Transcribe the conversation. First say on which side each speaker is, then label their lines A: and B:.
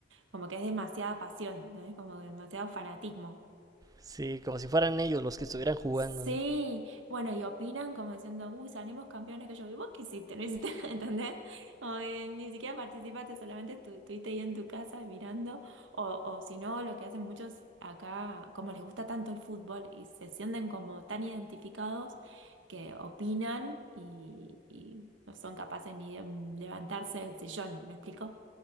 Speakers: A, on the right; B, on the right.
A: Como que es demasiada pasión, ¿no? Como demasiado fanatismo.
B: sí, como si fueran ellos los que estuvieran jugando.
A: Sí, bueno, y opinan como diciendo, uy, salimos campeones que yo, ¿y vos qué hiciste? ¿No hiciste? <laughs> ¿Entendés? O, eh, ni siquiera participaste, solamente estu- estuviste ahí en tu casa mirando, o, o si no, lo que hacen muchos acá, como les gusta tanto el fútbol y se sienten como tan identificados que opinan y, y no son capaces ni de levantarse del sillón, ¿me explico?